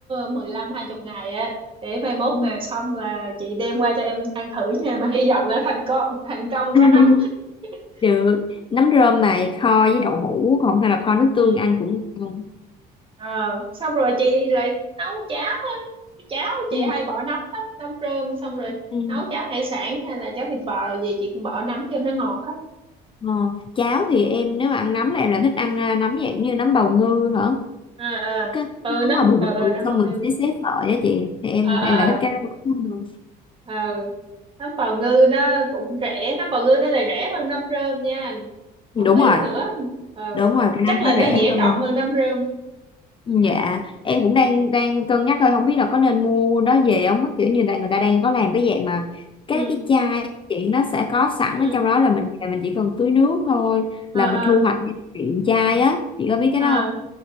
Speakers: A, on the right (about 30°); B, on the left (about 30°).
A: mười lăm hai chục ngày á để mai mốt
B: Ừ.
A: mà xong là chị đem qua cho em ăn thử nha mà hy vọng là thành công thành công có
B: <laughs>
A: nấm <laughs>
B: được nấm rơm mà kho với đậu hũ còn hay là kho nước tương
A: ừ
B: ăn cũng ngon
A: ờ xong rồi chị lại nấu cháo á cháo chị
B: Ừ.
A: hay bỏ nấm lắm nấm rơm xong rồi
B: Ừ.
A: nấu cháo hải sản hay là cháo thịt bò rồi gì chị cũng bỏ nấm cho nó ngọt á
B: Ờ, cháo thì em nếu mà ăn nấm là em lại thích ăn à, nấm dạng như nấm bào ngư hả?
A: ờ ờ
B: Cái
A: ừ
B: nấm
A: nấm
B: mà bự
A: ờ
B: bự
A: ờ nấm
B: xong
A: bào ngư
B: mình xé xé sợi á chị. Thì em
A: ờ ờ
B: em lại thích cái đó hơn.
A: ờ ờ. nấm bào ngư nó cũng rẻ nấm bào ngư nó lại rẻ hơn nấm rơm nha
B: Đúng
A: không biết
B: rồi,
A: nữa ờ
B: đúng rồi, cái
A: chắc
B: nấm
A: là
B: nó
A: nó
B: rẻ
A: dễ
B: hơn.
A: trồng hơn nấm rơm
B: Ừ, Dạ, em cũng đang đang cân nhắc thôi, không biết là có nên mua nó về không? Kiểu như là người ta đang có làm cái dạng mà cái
A: ừ
B: cái chai chị nó sẽ có sẵn
A: ừ
B: ở trong đó là mình về mình chỉ cần tưới nước thôi
A: ờ
B: là mình
A: ờ
B: thu hoạch đi từ tiện chai á. Chị có biết cái
A: ờ
B: đó không?